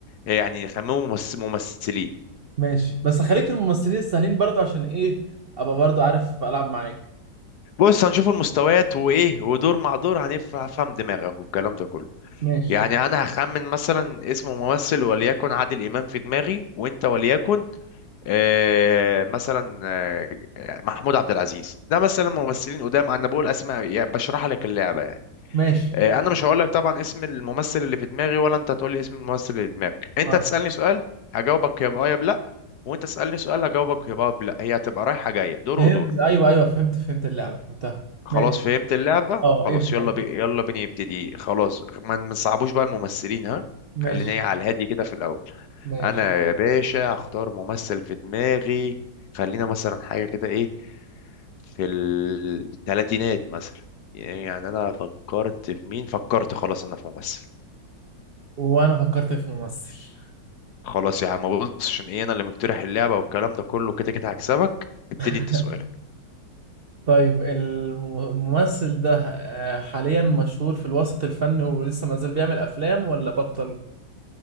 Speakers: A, on the left (about 65°); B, on the right (about 55°).
A: آه، يعني نخمنه ممس- ممثلين
B: ماشي بس خليك في الممثلين السهلين برضو عشان ايه ابقى برضو عارف العب معاك
A: بص هنشوف المستويات وإيه ودور مع دور هنف- هفهم دماغك والكلام ده كله
B: ماشي
A: يعني أنا هخمن مثلا اسم ممثل وليكن عادل إمام في دماغي وأنت وليكن آه مثلا آه محمود عبد العزيز ده مثلا ممثلين قدام أنا بقول أسماء يعني بشرح لك اللعبة يعني.
B: ماشي
A: آه، انا مش هقول لك طبعا اسم الممثل اللي في دماغي ولا انت تقول لي اسم الممثل اللي في دماغك انت
B: اه
A: تسالني سؤال هجاوبك يا باه يا بلا وانت تسالني سؤال هجاوبك يا باه يا بلا هي هتبقى رايحه جايه دور
B: فهمت
A: ودور
B: ايوه ايوه فهمت فهمت اللعبه فهمتها
A: خلاص
B: ماشي
A: فهمت اللعبه
B: اه
A: خلاص
B: ابدا
A: يلا
B: ابدا
A: بي... يلا بينا يبتدي خلاص ما ما نصعبوش بقى الممثلين ها
B: ماشي
A: خلينا ايه على الهادي كده في الاول
B: ماشي
A: انا يا باشا هختار ممثل في دماغي خلينا مثلا حاجه كده ايه في الثلاثينات مثلا يعني انا فكرت في مين فكرت خلاص انا في ممثل
B: وانا فكرت في ممثل
A: خلاص يا عم بص عشان ايه انا اللي مقترح اللعبه والكلام ده كله كده كده هكسبك ابتدي
B: <laughs>
A: انت سؤالك
B: طيب الم- الممثل ده آه، حاليا مشهور في الوسط الفني ولسه ما زال بيعمل افلام ولا بطل